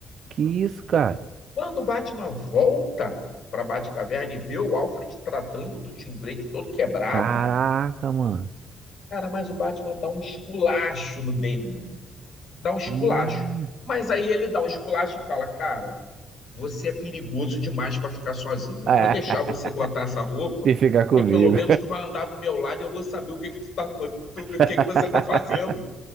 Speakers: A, on the right; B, on the left.
A: Que isso, cara?
B: Quando o Batman volta para Batcaverna e vê o Alfred tratando do Tim Drake todo quebrado,
A: Caraca, mano.
B: Cara, mas o Batman dá um esculacho no Damian Wayne. Dá um esculacho.
A: Hum.
B: Mas aí ele dá um esculacho e fala: Cara, você é perigoso demais para ficar sozinho. Eu
A: É.
B: vou deixar você
A: <laughs>
B: botar essa roupa,
A: E fica
B: porque
A: comigo.
B: pelo menos tu vai andar do meu lado e eu vou saber o que que tu tá, co- tu- o
A: <laughs>
B: que que você tá fazendo.